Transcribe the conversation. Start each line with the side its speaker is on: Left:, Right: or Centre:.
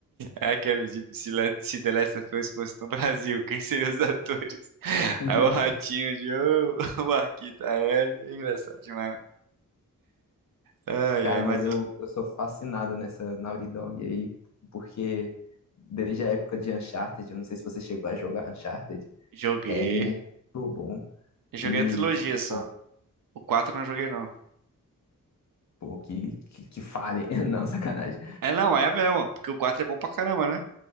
Right: É aquele tipo, se, Le- se The Last of Us fosse no Brasil, quem seriam os atores? <laughs>
Left: <laughs>
Right: Aí o Ratinho de ô, <laughs> o Marquito, a Ellie. É Engraçado demais. Ai,
Left: Cara,
Right: ai, mas
Left: mas eu, eu sou fascinado nessa Naughty Dog aí, porque desde a época de Uncharted, eu não sei se você chegou a jogar Uncharted.
Right: eu joguei.
Left: É muito bom.
Right: Eu joguei
Left: E,
Right: a trilogia só.
Left: pô,
Right: O 4 eu não joguei, não.
Left: pô, que, que, que falem. <laughs> Não, sacanagem.
Right: É, não, é mesmo. Porque o 4 é bom pra caramba, né?